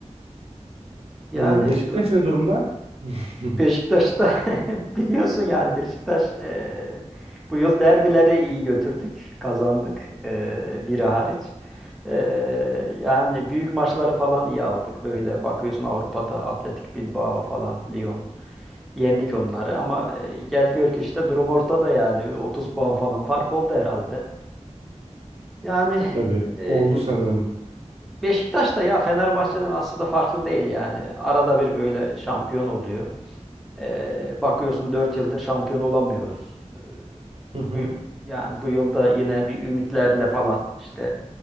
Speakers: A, in the centre; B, on the right.
A: Yani
B: Ee, Beşiktaş
A: e,
B: ne durumda? <laughs>
A: Beşiktaş'ta <laughs> biliyorsun yani Beşiktaş e, bu yıl derbileri iyi götürdük, kazandık e, biri hariç. E, yani büyük maçları falan iyi aldık. Böyle bakıyorsun Avrupa'da Atletik Bilbao falan, Lyon yendik onları ama e, gel gör ki işte durum ortada yani bir 30 puan falan fark oldu herhalde. Yani
B: Tabii
A: <laughs> e,
B: oldu sanırım.
A: Beşiktaş da ya Fenerbahçe'den aslında farklı değil yani. Arada bir böyle şampiyon oluyor. Ee, bakıyorsun 4 yıldır şampiyon olamıyoruz.
B: Hı hı.
A: Bu, yani bu yılda yine bir ümitlerle falan işte